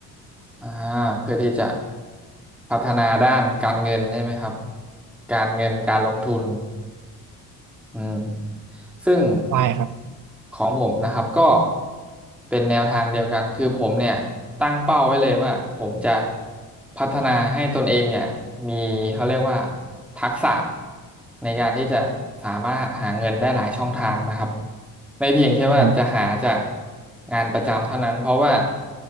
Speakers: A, in the centre; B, on the right.
A: อ่าเพื่อที่จะพัฒนาด้านการเงินใช่ไหมครับการเงินการลงทุน อืมซึ่ง
B: ใช่ครับ
A: ของผมนะครับก็เป็นแนวทางเดียวกันคือผมเนี่ยตั้งเป้าไว้เลยว่าผมจะพัฒนาให้ตนเองเนี่ยมีเขาเรียกว่าทักษะในการที่จะสามารถหาเงินได้หลายช่องทางนะครับไม่เพียงแค่ว่าจะหาจาก
B: อืม
A: งานประจำเท่านั้นเพราะว่า